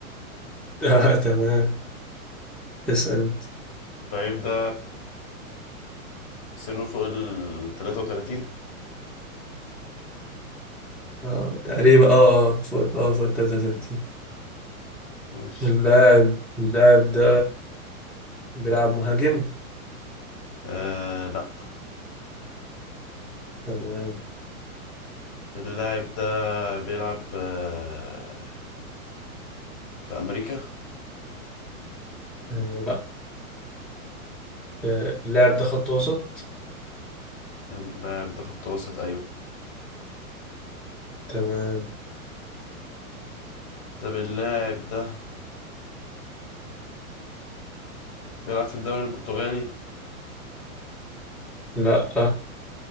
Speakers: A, in the centre; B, on the left.
A: <laughs> آه، تمام اسأل انت
B: بعيب ده سنه فوق ال 33
A: اه تقريبا اه اه فوت اه فوت 33
B: ماشي
A: اللاعب اللاعب ده بيلعب مهاجم
B: آه لا
A: تمام
B: اللاعب ده بيلعب آه في أمريكا
A: آه، لا آه، اللاعب ده خط وسط
B: اللاعب ده خط وسط أيوه
A: تمام
B: طب اللاعب ده بيلعب في الدوري البرتغالي
A: لا